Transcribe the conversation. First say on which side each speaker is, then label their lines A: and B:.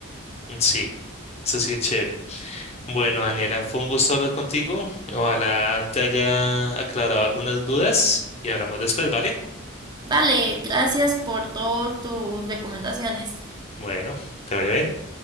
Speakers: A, on the left; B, on the right.
A: sí, eso sí es chévere. Bueno, Daniela, fue un gusto hablar contigo. Ojalá te haya aclarado algunas dudas y hablamos después, ¿vale?
B: Vale, gracias por todas tus recomendaciones.
A: Bueno, te vaya bien.